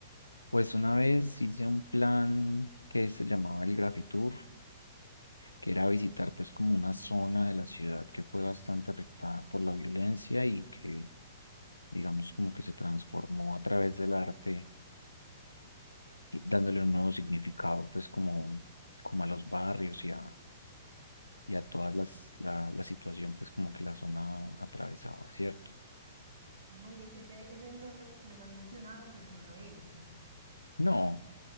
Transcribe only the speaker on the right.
Ay, ese, ese me lo, men- me lo han mencionado, pero no lo he hecho.